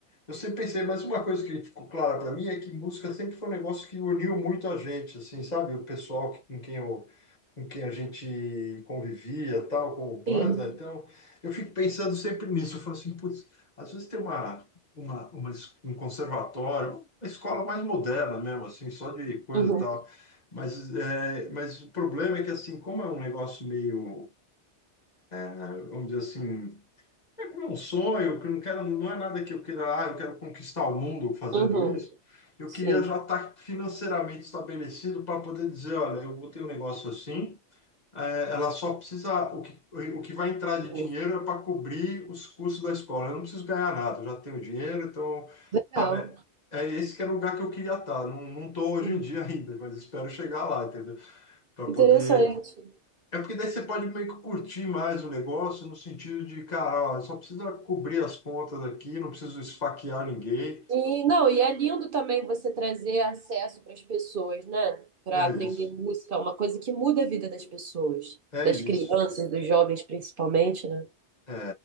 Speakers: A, on the left; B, on the right.
A: Eu sempre pensei, mas uma coisa que ficou clara para mim é que música sempre foi um negócio que uniu muito a gente, assim, sabe? O pessoal que, com quem eu, com quem a gente convivia, tal, com o banda.
B: Sim.
A: Então, eu fico pensando sempre nisso. Eu falo assim, putz, às vezes tem uma, uma, uma es- um conservatório, uma escola mais moderna mesmo, assim, só de coisa
B: Uhum,
A: e tal. Mas, é, mas o problema é que, assim, como é um negócio meio, vamos dizer assim, é um sonho, que eu não quero, não é nada que eu queira, ah, eu quero conquistar o mundo fazendo
B: uhum,
A: isso. Eu
B: sim,
A: queria já estar financeiramente estabelecido para poder dizer, olha, eu botei um negócio assim, eh, ela só precisa, o que, o que vai entrar de
B: sim.
A: dinheiro é para cobrir os custos da escola. Eu não preciso ganhar nada, eu já tenho dinheiro, então,
B: Legal.
A: sabe, é é esse que era o lugar que eu queria estar. Não, não estou hoje
B: Uhum.
A: em dia <laughs> ainda, mas espero chegar lá, entendeu? Para
B: Interessante.
A: poder é porque daí você pode meio que curtir mais o negócio no sentido de, cara, ó, só precisa cobrir as contas aqui, não preciso esfaquear ninguém.
B: E não, e é lindo também você trazer acesso para as pessoas, né? Para
A: É
B: aprender
A: isso,
B: música, uma coisa que muda a vida das pessoas,
A: é
B: das
A: isso.
B: crianças, dos jovens principalmente, né?
A: É,